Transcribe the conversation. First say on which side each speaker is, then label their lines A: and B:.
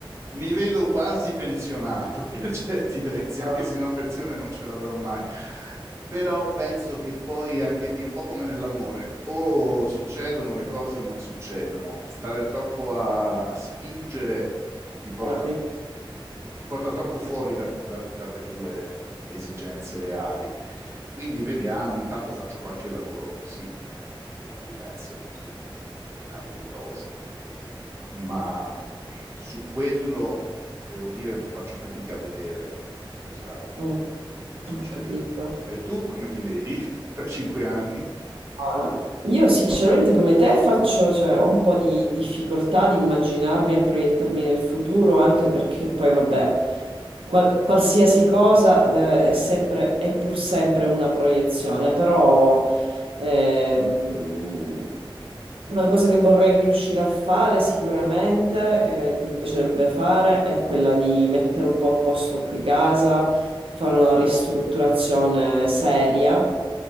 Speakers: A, on the right; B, on the right.
A: Mi vedo quasi pensionato per <laughs> certi versi, anche
B: Ah,
A: se una pensione non ce l'avrò mai. Però penso che poi anche lì è un po' come nell'amore, o succedono le cose o non succedono. Stare troppo a, a spingere ti porta,
B: arrivo.
A: ti porta troppo fuori da- dal- dalle tue esigenze reali. Quindi vediamo, intanto faccio qualche lavoro così da, da- da freelance, così, altre cose ma su quello devo dire faccio fatica a vedere cosa,
B: Mm,
A: cosa succederà.
B: ho capito.
A: E tu come ti vedi <laughs> tra cinque anni?
B: Allora, Io sinceramente come te faccio, cioè, ho un po' di difficoltà di immaginarmi e proiettarmi nel futuro, anche perché poi vabbè, qual- qualsiasi cosa, eh, è sempre, è pur sempre una proiezione, però Ehm, una cosa che vorrei riuscire a fare sicuramente, eh, che mi piacerebbe fare, è quella di mettere un po' a posto qui casa, fare una ristrutturazione seria.